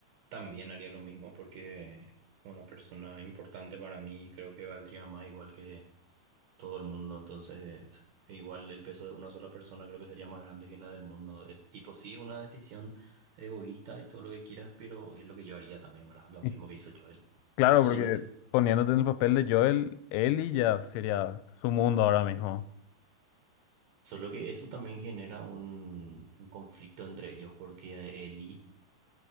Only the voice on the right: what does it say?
también haría lo mismo porque una persona importante para mí creo que valdría más igual que todo el mundo. Entonces, igual el peso de una sola persona creo que sería más grande que la del mundo. Es tipo, sí, una decisión egoísta y todo lo que quieras, pero es lo que yo haría también, ¿verdad? Lo mismo
que hizo Joel.
Solo
que,
solo que eso también genera un, un conflicto entre ellos porque Eli